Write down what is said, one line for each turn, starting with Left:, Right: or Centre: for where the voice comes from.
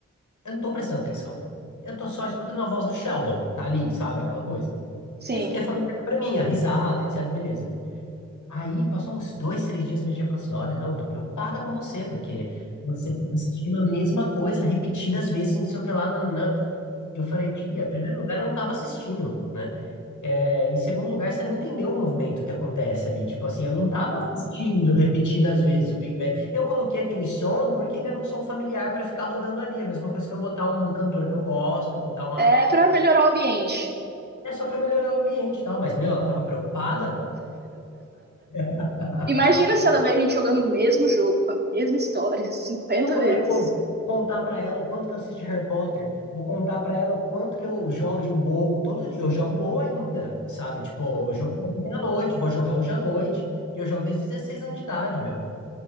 Left: Eu não tô prestando atenção. Eu tô só escutando a voz do Sheldon, tá ali, sabe, aquela coisa.
Right: Sim.
Left: Que, que é familiar pra mim, a risada, etc, beleza. Aí, passou uns dois, três dias, minha tia falou assim, olha, não, eu tô preocupada com você, porque você fica assistindo a mesma coisa repetidas vezes, não sei o que lá, nananã. Eu falei, tia, em primeiro lugar, eu não tava assistindo, né? É, em segundo lugar, você não entendeu o movimento que acontece ali. Tipo assim, eu não estava assistindo repetidas vezes o Big Bang. Eu coloquei aquele som porque ele era um som familiar para ficar rodando ali. É A mesma coisa que eu botar um cantor que eu gosto, eu botar uma.
Right: É para melhorar o ambiente.
Left: É só para melhorar o ambiente e tal. Mas, meu, ela tava preocupada. <laughs>
Right: Imagina se ela vê a gente jogando o mesmo jogo, com a mesma história, 50
Left: Não
Right: vezes.
Left: é co- contar pra ela o quanto que eu assisto de Harry Potter, vou contar pra ela o quanto que eu jogo de WoW. Todo dia eu jogo WoW ainda, sabe? Tipo, eu jogo ontem à noite, vou jogar hoje à noite. E eu jogo desde os 16 anos de idade, meu.